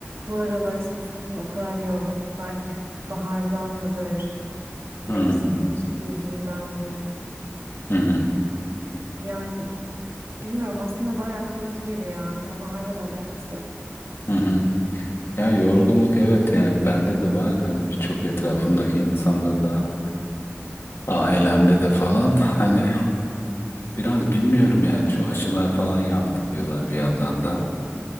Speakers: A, on the right (about 60°); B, on the left (about 60°).
A: Bu aralar üstümde o kadar bir yorgunluk var ki. Bahardan mıdır?
B: Hı
A: Mevsim
B: hı
A: geçti yüzünden mi?
B: hı hı.
A: Yani bilmiyorum aslında bayağı kalıcı gibi ya. Ya baharla da alakası yok.
B: hı. Ya yorgunluk evet yani bende de var hani birçok etrafımdaki insanda da ailemde de falan <laughs> hani biraz bilmiyorum yani şu aşılar falan yaptı diyorlar bir yandan da